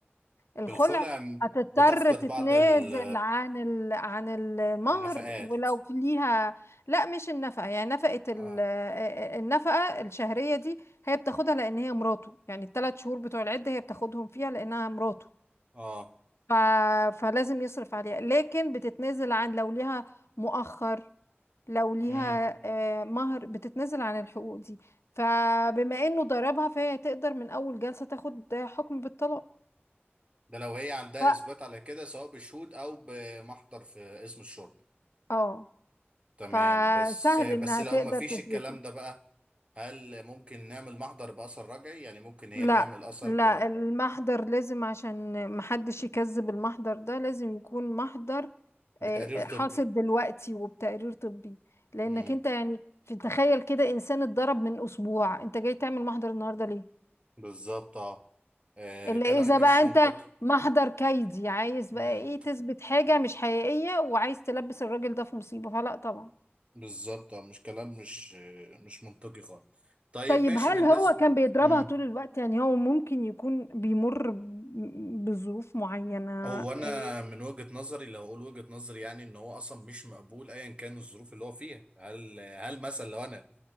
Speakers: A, on the left; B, on the right.
A: الخلع
B: في الخلع م-
A: هتضطر
B: بتفقد
A: تتنازل
B: بعض ال-
A: عن ال عن المهر
B: النفقات
A: ولو في ليها لا مش النفقه يعني نفقه ال-
B: اه
A: آه، النفقه الشهريه دي هي بتاخدها لان هي مراته يعني الثلاث شهور بتوع العده هي بتاخدهم فيها لانها مراته
B: اه
A: ف... فلازم يصرف عليها لكن بتتنازل عن لو ليها مؤخر لو ليها
B: امم
A: آه، مهر بتتنازل عن الحقوق دي فبما انه ضربها فهي تقدر من اول جلسة تاخد آه، حكم بالطلاق
B: ده لو هي عندها
A: ف-
B: اثبات على كده سواء بشهود او بمحضر في اسم الشرطه
A: اه
B: تمام
A: فسهل
B: بس بس
A: انها
B: لو
A: تقدر
B: ما فيش
A: تثبته
B: الكلام ده بقى هل ممكن نعمل محضر باثر رجعي يعني ممكن هي
A: لا
B: تعمل اثر
A: لا
B: ب...
A: المحضر لازم عشان محدش يكذب المحضر ده لازم يكون محضر
B: بتقرير
A: آه،
B: طبي
A: حاصل دلوقتي وبتقرير طبي لانك
B: امم
A: انت يعني في تخيل كده انسان اتضرب من اسبوع انت جاي تعمل محضر النهارده ليه
B: بالظبط اه آه،
A: اللي
B: كلام
A: اذا
B: مش
A: بقى انت
B: منطقي
A: محضر كيدي عايز
B: مم.
A: بقى ايه تثبت حاجة مش حقيقية وعايز تلبس الراجل ده في مصيبة فلا طبعا
B: بالظبط اه مش كلام مش مش منطقي خالص طيب
A: طيب
B: ماشي
A: هل
B: بالنسبة
A: هو كان بيضربها
B: مم.
A: طول الوقت يعني هو ممكن يكون بيمر ب- بظروف معينة
B: هو
A: إيه
B: انا من وجهة نظري لو اقول وجهة نظري يعني ان هو اصلا مش مقبول ايا كان الظروف اللي هو فيها هل هل مثلا لو انا